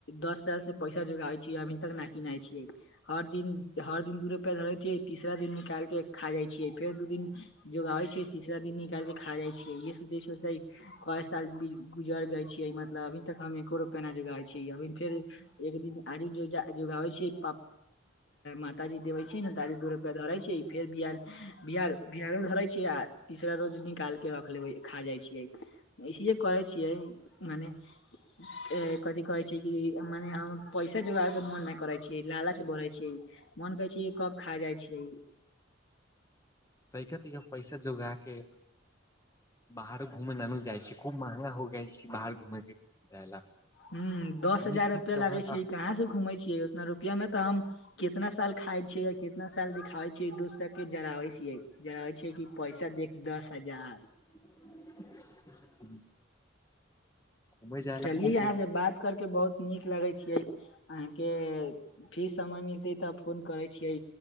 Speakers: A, on the left; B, on the left.
A: दस साल से पैसा। जूगाबे छियै अभी तक नहि किनाइ छियै। हर दिन हर दिन दू रूपिया धरैतियै तीसरा दिन निकाल क खा जाई छियै फेर दू दिन। जोगाबै छियै तीसरा दिन निकाल के खा जाई छियै इे सोचे कर साल। गुजर गय छीयै मतलब अभी तक हम एको रोपे जग छीै अ फेर एक दिन आजू। जोगाबै छैयै प। माताजी देवे छै ने ताजी दू रुपआ धरैत छै फेर बिय बिआ। बिअर धरे छीै आ तीसरा रोज निकाल के रख ले खा जाये छीयै इसले करे छी मने अ कथी कहै छैय कि मने हँ पैसा जोगार के मन नहि करै छी, लालच बढ़य छी। मन कहै छी कब खा जाइ छी।
B: <unintelligible> बाहर घुमने ननू जाइ छी खूब महंगा हो गेल छी बाहर। घूमे के जायला
A: हुँ दस हजार
B: नीक
A: रुपआ
B: नीक
A: लागे
B: जगह ला
A: छैय कहाँ से घुमे छीयै उतना रुप पिया मे त हम कितना साल खाय छीयै कितना साल नय खाय छीेयै एक दोसराके जरावे छियै। जराय छियै कि पैसा देख दस हजार।
B: <inaudible> घूमे जायला
A: चली
B: खूब
A: अहाँ से बात करके बहुत नीक लगेय छियै। अहाँके फी समय मिलतै त फोन करै छियै